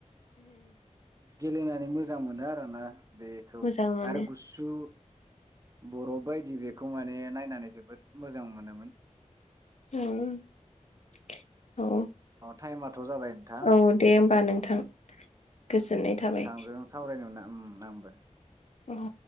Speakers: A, on the right; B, on the left.
A: गेलेनानै मोजां मोनो आरोना। बेखौ
B: मोजां मोनो
A: आरो गुसु बर'फ बायदि बेखौ मान दे नायनानै जोबोद मोजां मोनोमोन।
B: उम! ! औ!
A: थाइमा- थ' जाबाय नोंथां,
B: औ दे होमबा नोंथां गोजोननाय थाबाय
A: नोंथांजों सावरायनो मोन उम! आंबो
B: उम!